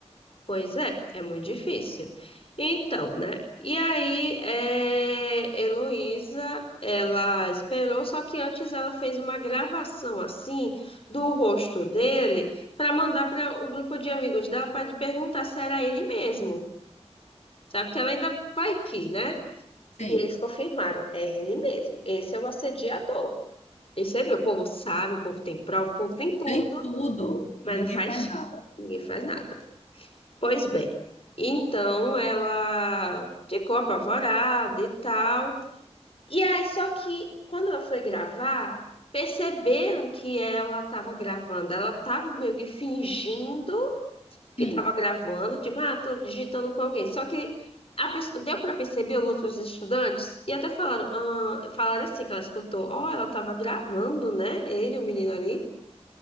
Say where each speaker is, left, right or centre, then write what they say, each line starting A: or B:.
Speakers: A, on the left; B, on the left.
A: Pois é, é muito difícil. Então, né? E aí, é, Heloísa, ela esperou, só que antes ela fez uma gravação assim do rosto dele para mandar para o grupo de amigos dela para perguntar se era ele mesmo. Sabe que ela ainda vai que, né?
B: Sim,
A: E eles confirmaram, é ele mesmo. Esse é o assediador. E você vê, o povo sabe, o povo tem prova, o povo tem tudo,
B: tem tudo e
A: mas
B: ninguém
A: não faz,
B: faz nada.
A: ninguém faz nada. Pois bem, então ela ficou apavorada e tal. E aí, só que quando ela foi gravar, perceberam que ela estava gravando. Ela estava meio que fingindo que
B: Sim.
A: estava gravando, tipo, ah, tô digitando com alguém. Só que a pessoa, deu para perceber os outros estudantes e até falaram, ah, falaram assim que ela escutou, ó, ela estava gravando, né? Ele, o menino ali.